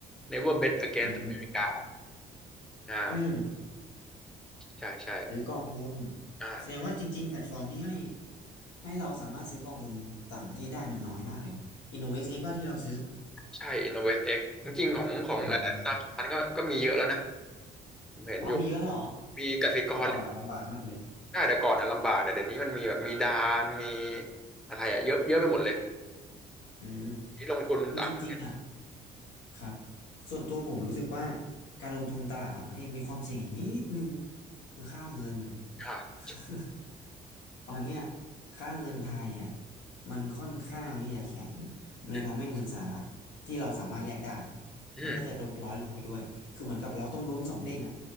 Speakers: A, in the centre; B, on the left (about 80°).
A: Never Bet Against
B: อืม
A: America อ่า
B: อืม
A: ใช่ ใช่
B: หรือกองทุน
A: อ่า
B: แสดงว่าจริงๆแพลตฟอร์มที่ให้ให้เราสามารถซื้อกองทุนต่างประเทศได้มันน้อยมากเลยนะ i n n o v ็กซ x ว่าที่เราซื้อ
A: ใช่ InnovestX จริงๆของของหลายๆธนาคารก็ก็มีเยอะแล้วนะ
B: อืม
A: ผมเห็นอยู่
B: อ๋อมีเยอะเลยเหรอ
A: มีกสิกร
B: แต่ก่อนอ่ะลำบากมากเลย
A: ได้แต่ก่อนนะลำบากแต่เดี๋ยวนี้มันมีแบบมีดานมีอะไรอะเยอะเยอะไปหมดเลย
B: อืม
A: นี่ลงทุนต่างประเทศ
B: คือจริงๆอ่ะครับส่วนตัวผมรู้สึกว่าการลงทุนตลาดต่างประเทศมีความเสี่ยงอีกนิดนึงคือค่าเงิน
A: อ่า
B: <laughs> ตอนเนี้ยค่าเงินไทยอ่ะมันค่อนข้างที่จะแข็งมันเลยทำให้เงินสหรัฐที่เราสามารถแลกได้
A: อืมอ
B: มันก็จะลดร้อยลงไปด้วยคือเหมือนกับเราต้องลุ้นสองเด้งอ่ะ